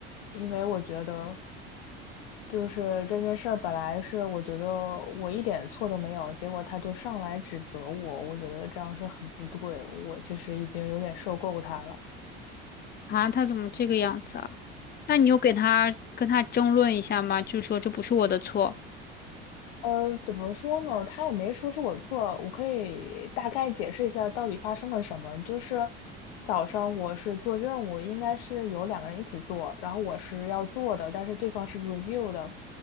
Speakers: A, on the left (about 75°); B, on the left (about 30°).
A: 因为我觉得就是这件事儿本来是我觉得我一点错都没有，结果他就上来指责我，我觉得这样是很不对，我其实已经有点受够他了。
B: 啊，他怎么这个样子啊？那你有给他跟他争论一下吗？就说这不是我的错。
A: 呃，怎么说呢？他也没说是我错，我可以大概解释一下到底发生了什么。就是早上我是做任务，应该是有两个人一起做，然后我是要做的，但是对方是 review 的，